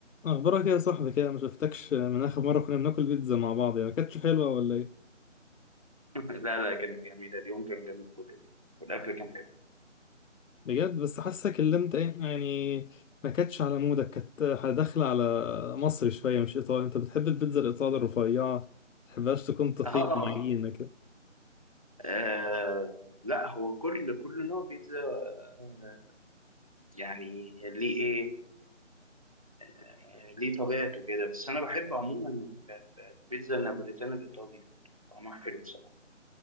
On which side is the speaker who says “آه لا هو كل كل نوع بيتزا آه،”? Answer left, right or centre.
Right